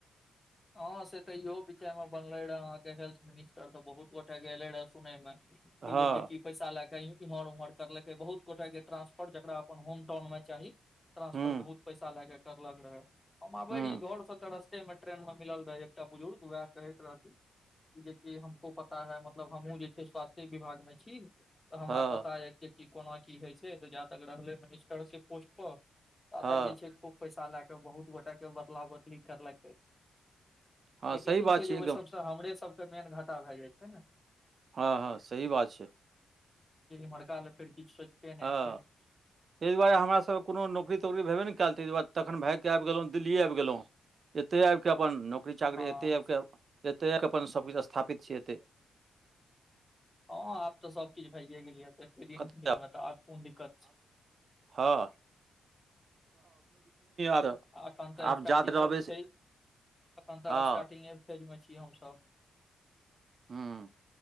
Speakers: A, on the left; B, on the right.
A: हँ से तऽ इहो भ बनले रह अहाँके हेल्थ मिनिस्टर तऽ बहुत गोटे गेले रहे सुनय मे
B: हँ
A: ज पैसा लए क इम्हर उम्हर करलकै बहुत गोटाे के ट्रांसफर जकरा अपन होम टाउन मे चाह ट्रांसफर
B: हूँ
A: बहुत पैसा लएके करलक रहे हम आबे
B: हूँ
A: रहिय घर सब त रस्ते म ट्रेन मे मिलल रहै एकटा बुजुर्ग वएह कहैत रहथि जेकि हमको पता है मतलब हमहूँ जे छै स्वास्थ्य विभागमे छ तऽ हमरा
B: हँ
A: पता यऽ कि क कोना की होइ छै तऽ जा तक रहलै मिनिस्टर से पोस्ट प ता
B: हँ
A: तक जे छै खूब पैसा लए क बहुत गोटे के बदला बदली करलक
B: हँ
A: लेकिन
B: सही
A: ई
B: बात
A: छै जे
B: एकदम
A: ओहि सभसँ हमरे सभके मेन घाटा भए जाइ छै न
B: हँ हँ सही बात छ
A: मड़का ल फेड़ कि छै नहि
B: हँ
A: छ
B: ताहि दुआरे हमरा सभ कोनो नकरी तकरीे ने कल ताहि दुआरे तन भाय क आबि गेलहुँ दिल्ली आबि गेलहु एते आब कऽ अपन नौकरी
A: हँ
B: चाकरी एते आब कऽ एते आब कऽ अपन सभकिछ स्थापित छै एत
A: हँ आब तऽ सबकीज भइयए गेलिय प्रति
B: कतऽ
A: दिन आब कोन दिक्कत छ
B: हं आर
A: एखन तऽ
B: आब
A: स्टार्टिंगे
B: जाइत रहबै से
A: छ अखन तऽ
B: हँ
A: स्टार्टिंगे फेज मे छीिय हमस
B: ह्म